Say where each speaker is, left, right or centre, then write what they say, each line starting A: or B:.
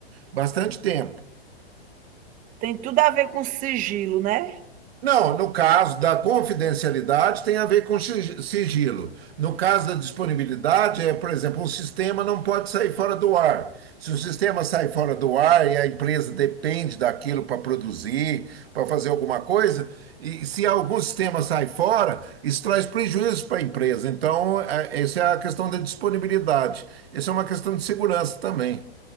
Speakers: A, on the right (about 70°); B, on the right (about 25°).
A: bastante tempo.
B: Tem tudo a ver com sigilo, né?
A: Não, no caso da confidencialidade tem a ver com sig- sigilo. No caso da disponibilidade, é, por exemplo, o sistema não pode sair fora do ar. Se o sistema sai fora do ar e a empresa depende daquilo para produzir, para fazer alguma coisa, e se algum sistema sai fora, isso traz prejuízo para a empresa. Então, é, essa é a questão da disponibilidade. Essa é uma questão de segurança também.